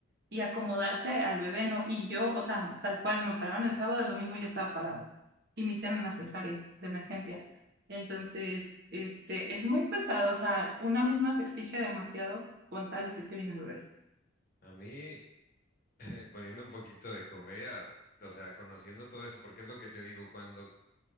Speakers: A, on the right; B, on the left.
A: Y acomodarte al bebé, ¿no? Y yo, o sea, tal cual, me paraban el sábado, el domingo ya estaba parada. Y me hicieron una cesárea de emergencia. Entonces, este, es muy pesado. O sea, una misma se exige demasiado con tal de que esté bien el bebé.
B: A mí, <laughs> poniendo un poquito de comedia, o sea, conociendo todo eso, porque es lo que te digo, cuando